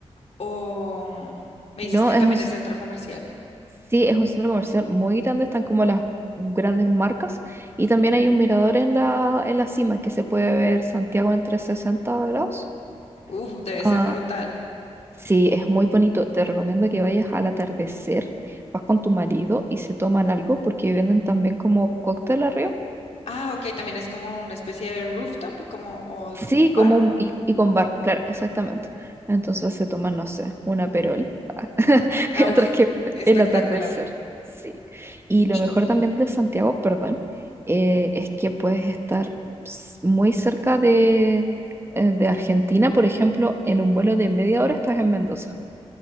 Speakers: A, on the left (about 65°); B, on the right (about 20°).
A: o me
B: No,
A: dices que
B: es
A: también
B: un,
A: es centro comercial.
B: sí, es un centro comercial muy grande, están como las grandes marcas y también hay un mirador en la, en la cima que se puede ver Santiago en trescientos sesenta grados.
A: Uf, debe
B: Ah,
A: ser brutal.
B: sí, es muy bonito. Te recomiendo que vayas al atardecer, vas con tu marido y se toman algo porque venden también como cóctel arriba.
A: Ah, ok, también es como una especie de rooftop, como o
B: Sí,
A: un
B: como
A: bar.
B: un- y, y con bar, claro, exactamente. Entonces se toman, no sé, una perol <laughs> ah,
A: Ah,
B: mientras
A: uf,
B: que ven
A: espectacular.
B: el atardecer. Sí. Y lo
A: ¿Y,
B: mejor también de Santiago, perdón, eh, es que puedes estar s- muy cerca de, eh, de Argentina, por ejemplo, en un vuelo de media hora estás en Mendoza.